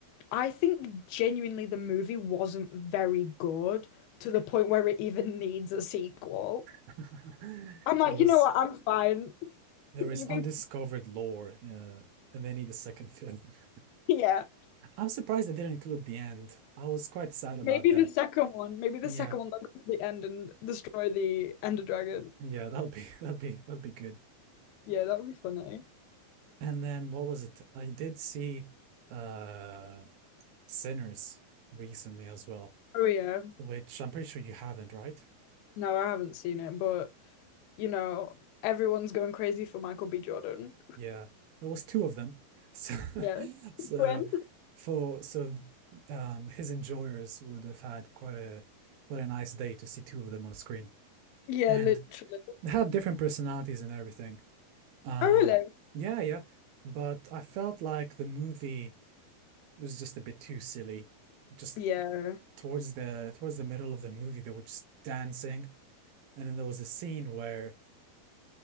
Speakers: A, on the left (about 80°); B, on the right (about 75°).
A: I think genuinely the movie wasn't very good to the point where it even <laughs> needs a sequel.
B: <laughs>
A: I'm like,
B: There was
A: you know what? I'm fine. <laughs>
B: there is
A: You
B: undiscovered
A: can,
B: lore, uh, and they need a second film. <laughs>
A: yeah.
B: I'm surprised they didn't include the end. I was quite sad about
A: Maybe
B: that.
A: the second one. Maybe the
B: Yeah,
A: second one that goes to the end and destroy the Ender Dragon.
B: yeah. That'll be <laughs> that'll be that'll be good.
A: Yeah, that would be funny.
B: And then what was it? I did see uh Sinners recently as well,
A: Oh yeah.
B: which I'm pretty sure you haven't, right?
A: No, I haven't seen it, but you know, everyone's going crazy for Michael B. Jordan.
B: Yeah, there was two of them. <laughs> So,
A: Yeah.
B: so
A: When?
B: for so um, his enjoyers would have had quite a quite a nice day to see two of them on screen,
A: Yeah,
B: and
A: literally.
B: they had different personalities and everything. Um,
A: Oh, really?
B: yeah, yeah, but I felt like the movie was just a bit too silly. Just
A: Yeah.
B: towards the towards the middle of the movie, they were just dancing, and then there was a scene where